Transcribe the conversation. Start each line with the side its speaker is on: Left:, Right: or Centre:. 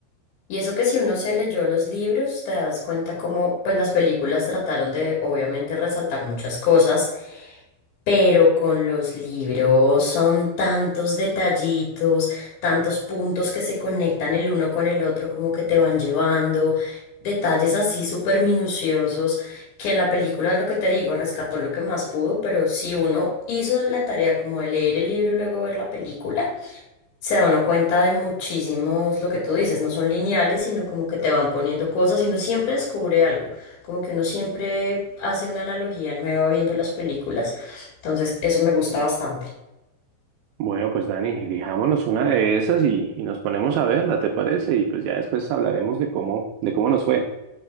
Left: Y eso que si uno se leyó los libros, te das cuenta cómo pues las películas trataron de obviamente resaltar muchas cosas, pero con los libros son tantos detallitos, tantos puntos que se conectan el uno con el otro, como que te van llevando, detalles así súper minuciosos, que en la película lo que te digo, rescató lo que más pudo, pero si uno hizo la tarea como de leer el libro y luego ver la película, se da uno cuenta de muchísimos, lo que tú dices, no son lineales, sino como que te van poniendo cosas y uno siempre descubre algo, como que uno siempre hace una analogía nueva viendo las películas. Entonces, eso me gusta bastante.
Right: Bueno, pues Dani, elijámonos una de esas y, y nos ponemos a verla, ¿te parece? Y pues ya después hablaremos de cómo, de cómo nos fue.